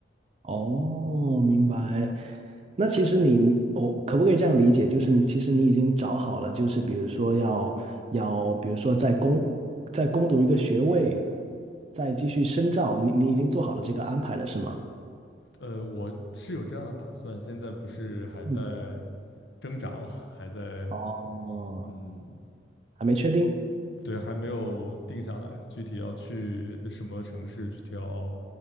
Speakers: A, on the right; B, on the left.
A: 哦，明白。那其实你，我可不可以这样理解？就是你其实你已经找好了，就是比如说要要，比如说在攻在攻读一个学位，再继续深造，你你已经做好了这个安排了，是吗？
B: 呃，我是有这样的打算，现在不是还在
A: 嗯，
B: 挣扎嘛，还在
A: 哦，
B: 嗯
A: 还没确定。
B: 对，还没有定下来，具体要去什么城市，具体要